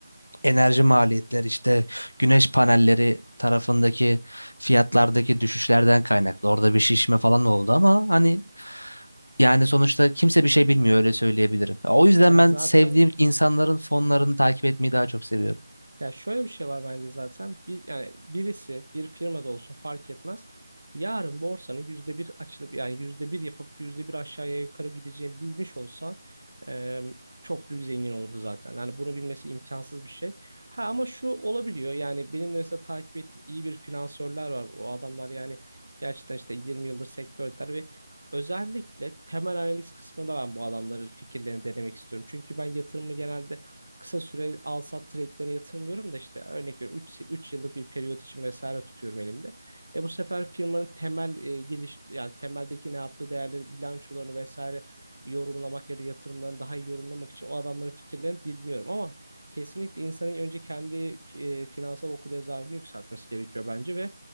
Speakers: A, on the left; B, on the right.
A: enerji maliyetleri işte güneş panelleri tarafındaki fiyatlardaki düşüşlerden kaynaklı. Orada bir şişme falan oldu ama hani yani sonuçta kimse bir şey bilmiyor öyle söyleyebilirim. Ya, O yüzden
B: Ya
A: ben
B: zaten
A: sevdiğim insanların fonlarını takip etmeyi daha çok seviyorum.
B: Ya şöyle bir şey var bence zaten. Bir, yani birisi bir firmada olsun fark etmez. Yarın borsanın yüzde bir açılıp yani yüzde bir yapıp yüzde bir aşağıya yukarı gideceğini bilmiş olsa e, çok büyük zengin olurdu zaten. Yani bunu bilmesi imkansız bir şey. Ha ama şu olabiliyor yani benim de mesela takip ettiğim iyi bir finansörler var. O adamlar yani gerçekten işte 20 yıldır sektördeler ve özellikle temel analiz kısmında ben bu adamların fikirlerini denemek istiyorum. Çünkü ben yatırımı genelde kısa süre al sat trade'lerine yatırmıyorum da işte örnek veriyorum 3, 3 yıllık bir periyot için vesaire tutuyorum elimde. E bu sefer firmanın temel e, giriş yani temeldeki ne yaptığı değerleri, bilançolarını vesaire yorumlamak ya da yatırımlarını daha iyi yorumlamak için o adamların fikirlerini dinliyorum ama kesinlikle insanın önce kendi e, finansal okuryazarlığını yükseltmesi gerekiyor bence ve